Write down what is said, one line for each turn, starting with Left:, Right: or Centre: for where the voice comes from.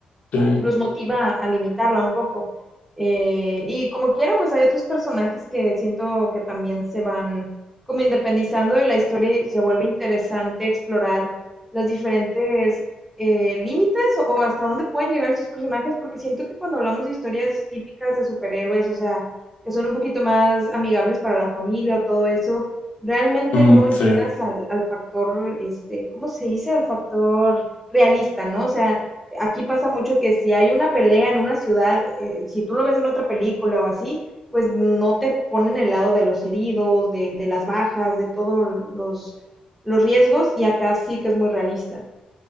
Left: Sí,
Centre: los motiva a limitarla un poco. Eh, y como quiera, pues hay otros personajes que siento que también se van como independizando de la historia y se vuelve interesante explorar las diferentes eh, límites o, o hasta dónde pueden llegar estos personajes, porque siento que cuando hablamos de historias típicas de superhéroes, o sea, que son un poquito más amigables para la familia o todo eso, realmente
Left: Mm,
Centre: no llegas
Left: sí.
Centre: al, al factor, este, ¿cómo se dice? Al factor realista, ¿no? O sea, aquí pasa mucho que si hay una pelea en una ciudad, eh, si tú lo ves en otra película o así, pues no te ponen el lado de los heridos, de, de las bajas, de todos los, los riesgos, y acá sí que es muy realista.